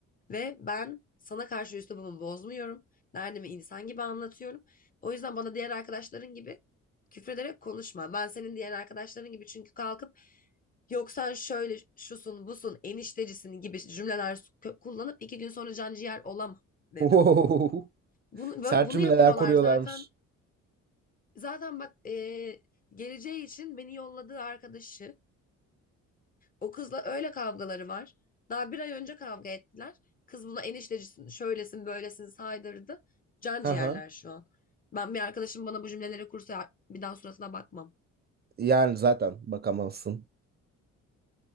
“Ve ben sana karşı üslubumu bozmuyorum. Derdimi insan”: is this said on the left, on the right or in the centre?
Left